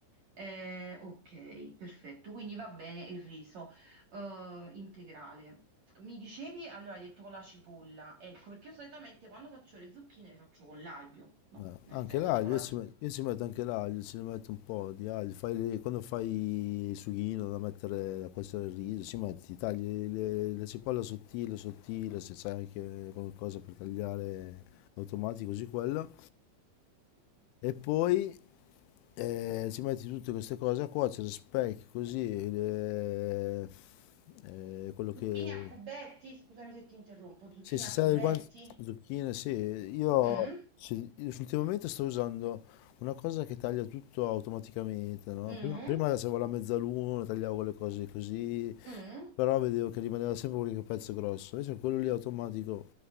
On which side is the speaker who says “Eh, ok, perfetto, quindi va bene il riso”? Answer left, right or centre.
Right